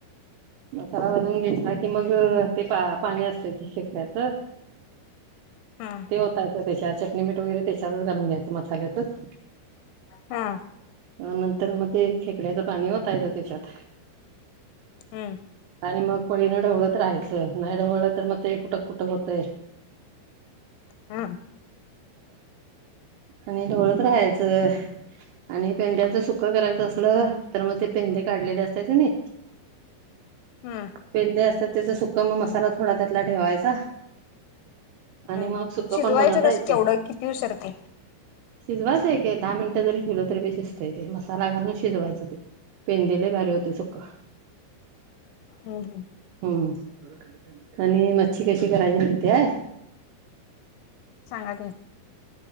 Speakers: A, on the right; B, on the left.
A: मसारा वाजवून घेतला की, मग ते पा पाणी असत कि शेकड्याचं.
B: हा.
A: ओतायचा त्याच्यावर चटणी, मीठ वगैरे त्याच्यातच घालून घ्यायचं मसाल्यातच
B: हा
A: अ नंतर मग ते, खेकड्याचं पाणी ओतायच त्याच्यात.
B: हम.
A: आणि मग पळीन ढवळत राहायचं, नाही ढवळलं तर मग ते फुटक फुटक होतय.
B: हा.
A: आणि ढोळत राहायचं. आणि पेंढ्याच सुखं करायचं असलं, तर मग ते पेंढे काढलेले असतात का नाही.
B: हम.
A: पेंदे असतात त्याचा सुका म मसाला थोडा त्यातला ठेवायचा. आणि
B: हा
A: मग, सुका
B: शिजवायचं
A: पण बनवता
B: कसं
A: येत.
B: केवढं किती उशीर ते
A: शिजवायचं आहे काय दहा मिनिटं जरी, ठेवलं तरी शिजतय ते मसाला घालून शिजवायचं ते. पेंदे लय भारी होते, सुखा.
B: हम्म हम्म
A: हम्म, आणि मच्छी कशी करायची मिळते आहे.
B: सांगा की